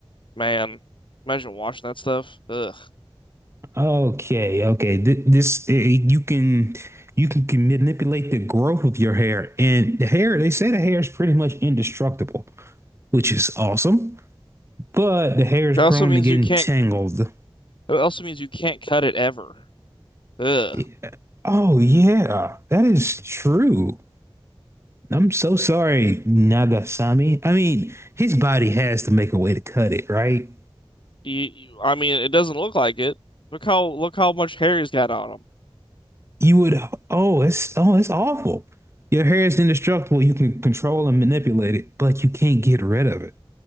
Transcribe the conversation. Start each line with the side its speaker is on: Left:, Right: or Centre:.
Left: man, imagine washing that stuff. Ugh.
Right: Okay, okay. Th- This eh, eh, you can you can, can manipulate the growth of your hair, and the hair they say the hair is pretty much indestructible, which is awesome. But the hair is
Left: It
Right: prone
Left: also means
Right: to getting
Left: you can't.
Right: tangled.
Left: It also means you can't cut it ever. Ugh.
Right: Eh, Oh yeah, that is true. I'm so sorry, Nagasami. I mean, his body has to make a way to cut it, right?
Left: You, you, I mean, it doesn't look like it. Look how look how much hair he's got on him.
Right: You would. Oh, it's oh, it's awful. Your hair is indestructible. You can control and manipulate it, but you can't get rid of it.